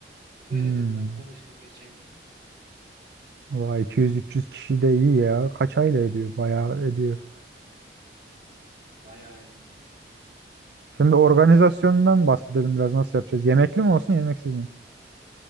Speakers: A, on the right; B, on the right.
A: Böyle
B: Hmm.
A: dedi ben konuştum geçen gün.
B: Vay 200-300 kişi de iyi ya. Kaç aile ediyor? Bayağı ediyor.
A: Bayağı ediyor.
B: Şimdi organizasyondan bahsedelim biraz nasıl yapacağız? Yemekli mi olsun yemeksiz mi?